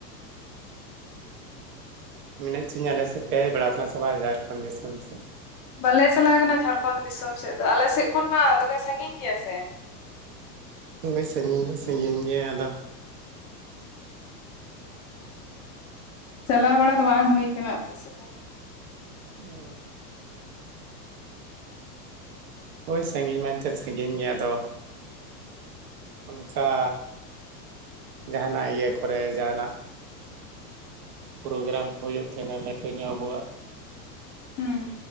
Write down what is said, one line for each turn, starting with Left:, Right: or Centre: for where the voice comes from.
Right: ᱢᱮᱱᱮᱫ <unintelligible> ᱟᱞᱮ ᱥᱮᱫ ᱯᱮ ᱦᱮᱡ ᱵᱟᱲᱟ ᱟᱠᱟᱱᱟ ᱥᱮ ᱵᱟᱝ ᱡᱷᱟᱲᱠᱷᱚᱸᱰ ᱫᱤᱥᱚᱢ ᱥᱮᱫ?
Left: ᱵᱟᱞᱮ ᱪᱟᱞᱟᱣ ᱠᱟᱱᱟ ᱡᱷᱟᱲᱠᱷᱚᱸᱰ ᱫᱤᱥᱚᱢ ᱥᱮᱫ ᱫᱚ, ᱟᱞᱮ ᱥᱮᱫ ᱠᱷᱚᱱ ᱢᱟ ᱫᱚᱢᱮ ᱥᱟᱺᱜᱤᱧ ᱜᱮᱭᱟ ᱥᱮ?
Right: ᱦᱳᱭ ᱥᱟᱺᱜᱤᱧ ᱫᱚ ᱥᱟᱺᱜᱤᱧ ᱜᱮᱭᱟ ᱟᱫᱚ
Left: ᱪᱟᱞᱟᱣ ᱵᱟᱲᱟ ᱫᱚ ᱵᱟᱝ ᱦᱩᱭ ᱠᱟᱱᱟ ᱟᱯᱮ ᱥᱮᱫ ᱫᱚ ᱾
Right: ᱚ ᱳᱭ ᱥᱟᱺᱜᱤᱧ ᱢᱮᱱ ᱛᱮᱫ ᱥᱟᱺᱜᱤᱧ ᱜᱮᱭᱟ ᱟᱫᱚ ᱚᱱᱠᱟ ᱡᱟᱦᱟᱱᱟᱜ ᱤᱭᱟᱹ ᱠᱚᱨᱮ ᱡᱟᱦᱟᱱᱟᱜ ᱯᱨᱳᱜᱨᱟᱢ ᱠᱚ ᱦᱩᱭᱩᱜ ᱛᱟᱦᱮᱱᱟ ᱞᱟᱹᱴᱩ ᱧᱚᱜ ᱟᱵᱚᱣᱟᱜ
Left: ᱦᱩᱸ ᱾